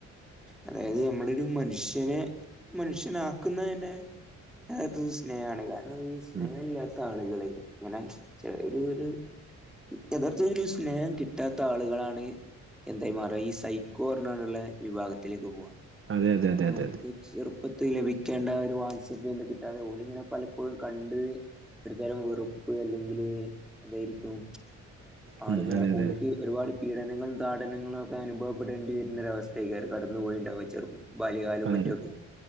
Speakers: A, in the centre; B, on the right (about 45°).
A: അതായത് നമ്മളൊരു മനുഷ്യനെ മനുഷ്യനാക്കുന്നതന്നെ അതായത് സ്നേഹാണ് കാരണം ഈ സ്നേഹല്ലാത്ത
B: ഉം
A: ആളുകള് അങ്ങനെ ഒരു ഒരു യഥാർത്ഥ ഒരു സ്നേഹം കിട്ടാത്ത ആളുകളാണ് എന്തായ് മാറ ഈ സൈ ക്കോ പർഞാണ്ടുള്ള വിഭാഗത്തിലേക്ക് പോവാ
B: അതെ അതെ
A: കാരണം
B: അതെ അതെ
A: ഓൽക്ക്
B: അതെ
A: ചെറുപ്പത്തിൽ ലഭിക്കേണ്ട ഒരു വാത്സല്യം കിട്ടാതെ ഓല് ഇങ്ങനെ പലപ്പോഴും കണ്ട് ഒരുത്തരം വെറുപ്പ് അല്ലെങ്കില് എന്തായിരിക്കും ആളുകളെ
B: ഉം അതെ അതെ
A: ഓൽക്ക് ഒരുപാട് പീഡനങ്ങളും താടനങ്ങളും ഒക്കെ അനുഭവപ്പെടേണ്ടി വരുന്നരു അവസ്ഥേക്കാരം കടന്നു പോയിണ്ടാവ ചെറു ബാല്യകാലം
B: അതെ
A: മറ്റു
B: അതെ
A: ഒക്കെ